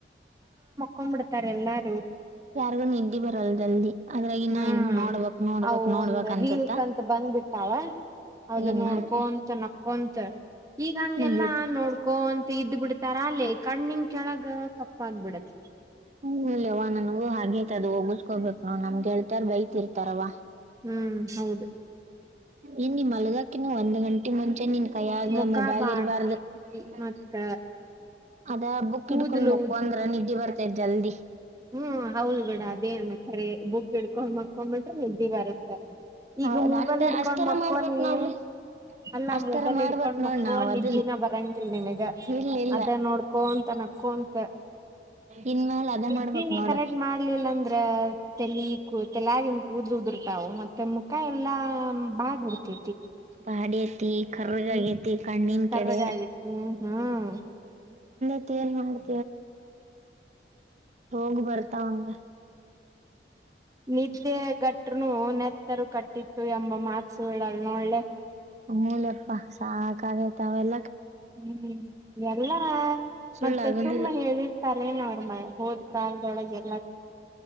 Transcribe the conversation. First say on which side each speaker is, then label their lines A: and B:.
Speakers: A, on the right; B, on the right.
A: ಕೊಂಬಿಡ್ತಾ ಎಲ್ಲಾರಿ
B: ಯಾರಿಗೂ ನಿದ್ದಿ ಬರಲ್ ಜಲ್ದಿ. ಅದ್ರಾಗ ಇನ್ನ
A: ಹ್ಮ್
B: ಏನ್ ನೋಡ್ಬೇಕ್ ನೋಡ್ಬೇಕ್
A: ಅವು
B: ನೋಡ್ಬೇಕ್
A: ಒಂದ
B: ಅನ್ಸತ್ತ
A: ರೀಲ್ಸ್ ಅಂತ ಬಂದ್ಬಿಟ್ಟಾವ. ಅದು
B: ಏನ್
A: ನೋಡ್ಕೊಂತ
B: ಮಾಡ್ತಿ
A: ನಕ್ಕೊಂತ ಈಗ್ ಹಂಗೆಲ್ಲಾ
B: ಮುಗೀತು
A: ನೋಡ್ಕೊ ಕೋನ್ ಇದ್ ಬಿಡ್ತಾರ ಅಲ್ಲಿ ಕಣ್ಣಿನ್ ಕೆಳಗ ಕಪ್ಪಾಗ್ಬಿಡತ್
B: ಹೂಲ್ಲವ ನನ್ಗೂ ಹಾಗೈತದು ಓಗಿಸ್ಕೋಬೇಕು ನೋಡ್ ನಮ್ಗೆಳ್ತಾರ್ ಬೈತಿರ್ತಾರವ್ವ.
A: ಹ್ಮ್ ಹೌದು
B: ಇನ್ನಿ ಮಲ್ಗಕಿನ ಒಂದ್ ಗ ಇನ್ ಮುಂಚೆ ನಿನ್ ಕೈಯಾಗ
A: ಮುಖ
B: ಮೊಬೈಲ್
A: ಬಾಡ್ತಿ
B: ಇರ್ಬಾರ್ದ <unintelligible>
A: ಮತ್ತ
B: ಅದ ಬುಕ್
A: ಕೂದಲು
B: ಹಿಡ್ಕೊಂಡ್ ಮಕ್ಕೊಂಡ್ರ ನಿದ್ದೆ ಬರ್ತೈತೆ ಜಲ್ದಿ.
A: ಹ್ಮ ಹೌದ್ ಬಿಡ ಅದೇನ್ ಕರಿ ಬುಕ್ ಇಡ್ಕೊಂಡ್ ಮಕ್ಕೊ ಬಿ ನಿದ್ದಿ ಬರುತ್ತ ಈಗ್
B: ಹೌದ
A: ಮೊಬೈಲ್
B: ಅಷ್ಟ
A: ಹಿಡ್ಕೊಂಡ್
B: ಅಷ್ಟರ
A: ಮಕ್ಕೋ
B: ಮಾಡ್ಬೇಕ್
A: ನೀ
B: ನೋಡ್ಲಿ
A: <unintelligible> ಅಲ್ಲಾ
B: ಅಷ್ಟರ
A: ಮೊಬೈಲ್
B: ಮಾಡ್ಬೇಕ್
A: ಹಿಡ್ಕೊಂಡ
B: ನೋಡ್
A: ಮಕ್ಕೋ
B: ನಾವ್ ಅದಲ್
A: ಇದ ದಿನ ಬರಂಗಿಲ್ ನಿನಗ
B: ಇಲ್ಲ ಇಲ್ಲ
A: ಅದ ನೋಡ್ಕೊಂಡ್ ತನಕ್ಕುಅಂತ
B: ಇನ್ಮೇಲ್ ಅದ
A: ನಿದ್ದಿ
B: ಮಾಡ್ಬೇಕ್
A: ನೀ
B: ನೋಡ
A: ಕರೆಕ್ಟ್ ಮಾಡ್ಲಿಲ್ಲ ಅಂದ್ರೆ ತಲಿಕ್ಕುತಲಾಗಿನ್ ಕೂದ್ಲು ಉದುರ್ ತಾವು ಮತ್ತೆ ಮುಖ ಎಲ್ಲಾ ಬಾಡ್ ಬಿಡ್ತೈತಿ <unintelligible>
B: ಬಾಡಿ ಐತಿ ಕರ್ರಗಗೈತಿ
A: ಹ್ಮ <unintelligible>
B: ಕಣ್ಣಿನ್
A: ಕರಗ
B: ಕೆಡೆ
A: ಆಗೈತಿ ಹ್ಮ್ ಹ್ಮ್ ಹ
B: ತ್ತೇನ್ ಮಾಡ್ತೇಲ್ ರೋಗ್ ಬರ್ತಾವ ಹಂಗ
A: ನಿದ್ದೆ ಗ ಟ್ರೂ ನ್ಯ ಸ್ರು ಕಟ್ಟಿತ್ತು ಎಂಬ ಮಾತ್ ಸುಳ್ ನಾಳೆ
B: ಅಮೂಲ್ಯಪ್ಪ ಸಾಕಾಗೈತ್ ಅವೆಲ್ಲ
A: ಹ್ಮ್ ಎಲ್ಲಾ
B: ಸುಳ್ಳ
A: ಮತ್ತೆ
B: ಆಗೋದಿಲ್ಲ
A: ಸುಮ್ನ್ ಹೇಳಿರ್ತಾರೆೇ ನೋಡ್ ಮ ಹೋದ್ ಕಾಲ್ದೊಳಗೆ